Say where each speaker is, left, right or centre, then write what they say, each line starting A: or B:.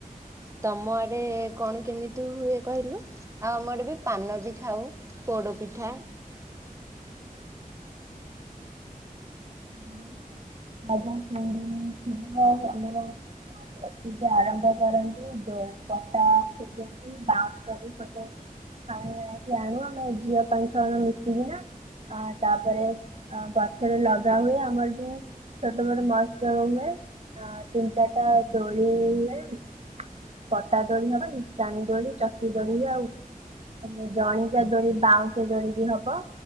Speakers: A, on the right (about 20°); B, on the right (about 45°).
A: ତମ ଆଡେ କଣ କେମିତି ହୁଏ କହିଲୁ? ଆ ଆମଡ ବି ପାନ ବି ଖାଉ ପୋଡ ପିଠା
B: <inaudible> <unintelligible> <unintelligible> ପ୍ରସ୍ତୁତି ଆରମ୍ଭ କରନ୍ତୁ ଦ ପଟା ଖୋଜନ୍ତି ବାଁ ଶ ବି ଖୋଜନ୍ତି ଆ ଏଥି ଆଣୁ ଆମେ ଝିଅ ପାଇଁ ସ ମିଶିକିନା ଆ ତାପରେ ଅ ଗଛରେ ଲଗା ହୁଏ ଆମର ବି ଛୋଟ ମୋଟ ମହତ୍ସବ ହୁଏ ଆ ତିନି ଚାରିଟା ଦୋଳି ହୁଏ କଟା ଦୋଳି ହବ ନିଶାଣି ଦୋଳି ଚକି ଦୋଳି ବି ଆଉ ମାନେ ଜଣିକିଆ ଦୋଳି ବାଉଁଶ ଦୋଳି ବି ହବ।